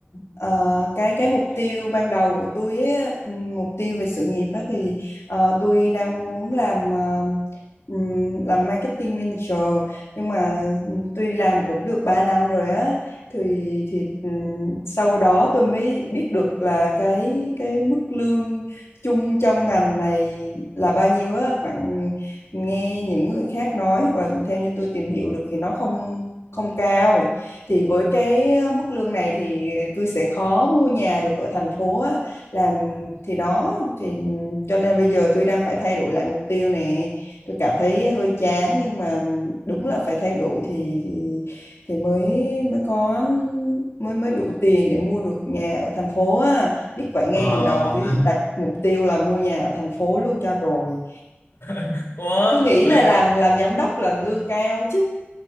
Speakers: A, on the left (about 85°); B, on the left (about 65°).
A: ờ, cái cái mục tiêu ban đầu của tôi ấy, ừm, mục tiêu về sự nghiệp á, thì ờ, tôi đang muốn làm ờ, ừm, làm marketing manager nhưng mà tôi đi làm cũng được 3 năm rồi á thì thì ừm, sau đó tôi mới biết được là cái cái mức lương chung trong ngành này là bao nhiêu á khoảng nghe những người khác nói hoặc là theo như tôi tìm hiểu được thì nó không không cao thì với cái ờ, mức lương này thì tôi sẽ khó mua nhà được ở thành phố á. làm thì đó thì cho nên bây giờ tôi đang phải thay đổi lại mục tiêu nè tôi cảm thấy hơi chán nhưng mà đúng là phải thay đổi thì thì thì mới mới có mới mới đủ tiền để mua được nhà ở thành phố á. biết vậy ngay
B: Ờ,
A: từ đầu tôi đặt mục tiêu là mua nhà ở thành phố luôn cho rồi
B: <laughs> Ủa
A: cứ nghĩ
B: vậy
A: là làm
B: không?
A: làm giám đốc là lương cao chứ